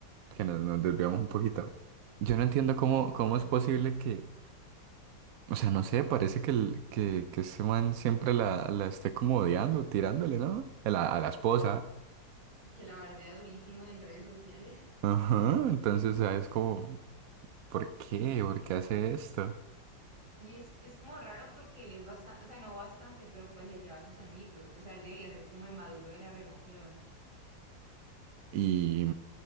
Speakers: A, on the right; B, on the right.
A: que nos, nos desviamos un poquito. Yo no entiendo
B: verdad,
A: cómo, cómo es posible que, o sea, no sé, parece que, el, que, que ese man siempre la, la esté como odiando, tirándole, ¿no? A la, a la esposa.
B: que la bardea durísimo en redes sociales.
A: Ajá, entonces, o sea, es Como, ¿por qué? ¿Por qué hace esto?
B: Y es, es como raro porque él es bastante, o sea, no bastante, pero pues le lleva sus añitos. O sea, él debería ser como el maduro de la relación.
A: Y